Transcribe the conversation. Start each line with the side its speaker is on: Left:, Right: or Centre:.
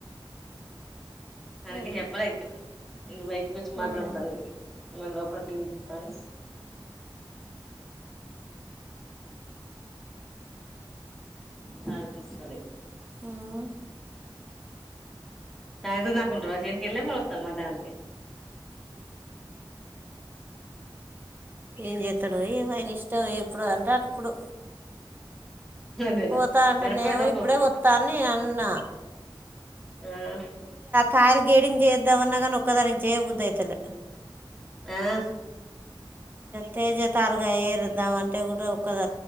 Centre: అందుకే
Right: అదే.
Centre: చెప్పలే ఇంక. నేను బయటకి వచ్చి మాట్లాడతాన
Right: ఉమ్.
Centre: ఇగ లోపల టీవీ వన్స్ కాలకేసుకొని
Right: ఉమ్.
Centre: సాయాత్రం దాక ఉంటావ సేనుకెళ్లమో వత్తవా మద్దానం కీ
Right: ఏం చేస్తాడో ఏమో ఆయన ఇష్టం. ఎప్పుడు అంటే అటు అప్పుడు.
Centre: అంతేనా
Right: పోతా అంటే
Centre: మర్చిపోవద్దు
Right: నేను
Centre: ఒప్పు
Right: ఇప్పుడే వస్తాన్ని నా
Centre: ఆ
Right: కాయలు గేడింగ్ చేయద్దామన్నా కానీ ఒక్కదాని చేయబుద్దు అయితులే
Centre: మ్య
Right: తేజ తాలుగా ఏరుద్దామ అంటే కూడా ఒక్కద